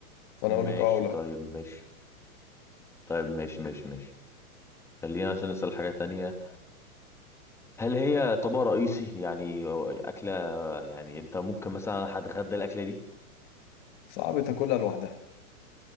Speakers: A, on the left; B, in the centre.
A: فانا
B: ماشي
A: اقول لك اه ولا
B: طيب ماشي طيب ماشي ماشي ماشي خلينا مثلا نسال حاجه تانية هل هي طبق رئيسي يعني أو اكله يعني انت ممكن مثلا انا هتغدى الاكله دي
A: صعب تاكلها لوحدها